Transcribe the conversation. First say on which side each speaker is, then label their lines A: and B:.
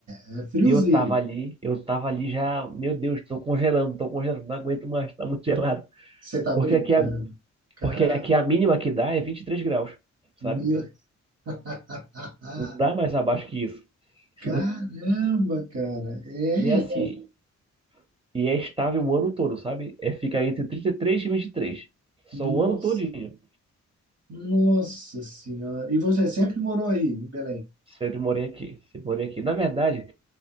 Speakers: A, on the right; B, on the right.
A: É friozinho.
B: E eu tava ali, eu tava ali já, meu Deus, tô congelando, tô congelando, não aguento mais, tá muito gelado.
A: Você tá
B: Porque
A: brincando.
B: aqui a,
A: Cara,
B: porque aqui a mínima que dá é 23 graus, sabe?
A: meu... <laughs>
B: Não dá mais abaixo que isso. <laughs>
A: Caramba, cara. É,
B: E assim, E é estável o ano todo, sabe? É, fica entre trinta e três e e vinte e três, Só
A: nossa.
B: o ano todinho.
A: Nossa Senhora. E você sempre morou aí, em Belém?
B: Sempre morei aqui. Sempre morei aqui. Na verdade,